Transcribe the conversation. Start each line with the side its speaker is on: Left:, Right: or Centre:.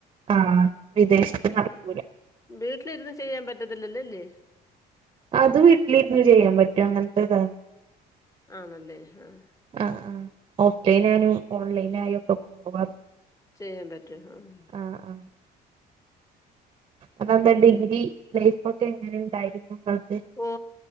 Right: ആഹ് വിദേശത്ത് നടക്കൂല.
Left: വീട്ടിലിര്ന്ന് ചെയ്യാൻ പറ്റത്തില്ലല്ലേ അല്ലേ?
Right: അത് വീട്ട്ലിര്ന്ന് ചെയ്യാൻ പറ്റും, അങ്ങൻത്തെതാ.
Left: ആണല്ലെ ആഹ്.
Right: ആ ആ ഓഫ് ലൈനായും, ഓൺ ലൈനായും ഒക്കെ പോവാ അത്.
Left: ചെയ്യാൻ പറ്റും. ആഹ്
Right: ആഹ് ആ. അപ്പത്തെ
Left: ഉം
Right: ഡിഗ്രി ലൈഫൊക്കെ എങ്ങനെ ഉണ്ടായിരുന്നു നിങ്ങക്ക്?
Left: ഓ